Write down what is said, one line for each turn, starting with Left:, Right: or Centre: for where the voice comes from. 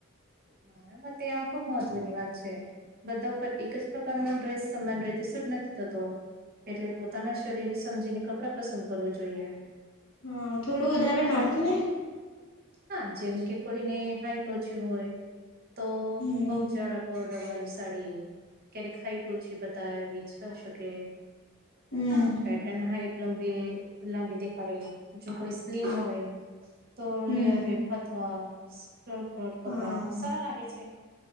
Right: મારા મતે આ ખુબ મહત્વની વાત છે. બધા ઉપર એક જ પ્રકારનો ડ્રેસ સમ્માન રીતે સૂટ નથી થતો. એટલે પોતાના શરીર સમજીને કપડાં પસંદ કરવું જોઈએ.
Left: હા થોડું ઉદારણ આપને
Right: હા જેમ કે કોઈને હાઈટ ઓછી હોય તો
Left: હમ
Right: બહુ ઝડપ બોર્ડર વાળી સાડી ક્યારેક હાઈટ ઓછી બતાવીછ શકે.
Left: હમ
Right: હા પેટર્ન હાઈટ લંબી લંબી દેખાડે. જો કોઈ સ્લીમ હોય તો
Left: હમ
Right: લેયર અથવા <unintelligible> કપડા
Left: હા
Right: સારા લાગે છે